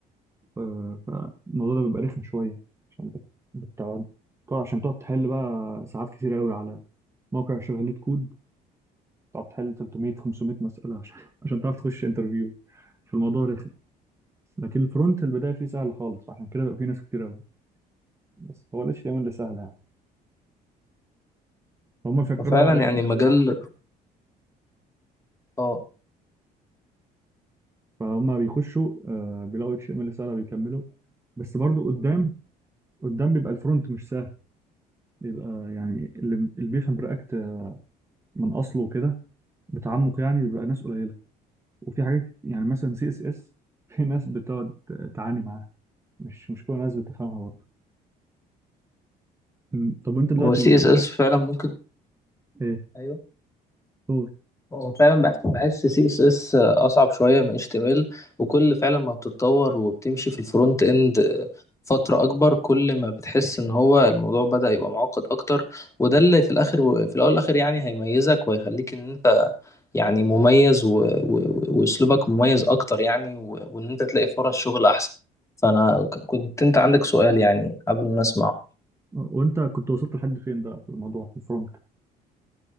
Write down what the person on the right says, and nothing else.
آه، فالموضوع ده بيبقى رخم شويه عشان بت- بتقعد طبعا عشان تقعد تحل بقى ساعات كتير قوي على موقع شبه ليت كود تقعد تحل 300 500 مساله عشان عشان تعرف تخش انترفيو في الموضوع رخم لكن الفرونت البدايه فيه سهله خالص عشان كده بقى فيه ناس كتير قوي بس هو ال HTML اللي سهل يعني هم فكروا
بقى بعيد
عن
الحاجة.
فهم بيخشوا آه، بيلاقوا HTML سهله بيكملوا بس برضو قدام قدام بيبقى الفرونت مش سهل بيبقى يعني اللي اللي بيفهم رياكت من اصله كده بتعمق يعني بيبقى ناس قليله وفي حاجات يعني مثلا سي اس اس في ناس بتقعد تعاني معاها مش مش كل الناس بتفهمها برضه م. طب انت دلوقتي
بت-
ايه
هو
وانت كنت وصلت لحد فين بقى في الموضوع في الفرونت